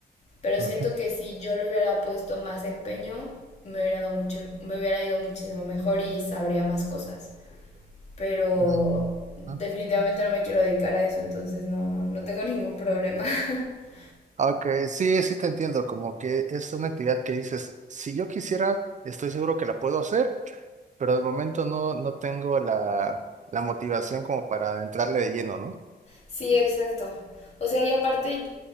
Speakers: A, on the left; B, on the right.
A: Pero
B: ajá,
A: siento que si yo le hubiera puesto más empeño, me hubiera, dado mucho, me hubiera ido muchísimo mejor y sabría más cosas. Pero
B: no,
A: definitivamente
B: ajá.
A: no me quiero dedicar a eso, entonces no, no tengo ningún problema. <laughs>
B: Ok, sí, sí te entiendo, como que es una actividad que dices, si yo quisiera, estoy seguro que la puedo hacer, pero de momento no, no tengo la, la motivación como para entrarle de lleno, ¿no?
A: Sí, exacto. O sea, y aparte,